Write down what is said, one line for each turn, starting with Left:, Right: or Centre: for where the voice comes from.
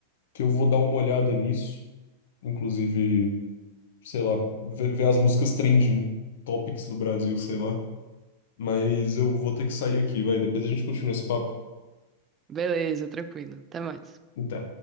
Left: que eu vou dar uma olhada nisso. Inclusive. sei lá, ver, ver as músicas trending topics do Brasil, sei lá. Mas eu vou ter que sair aqui, vai. Depois a gente continua esse papo.
Right: Beleza, tranquilo. Até mais.
Left: Até.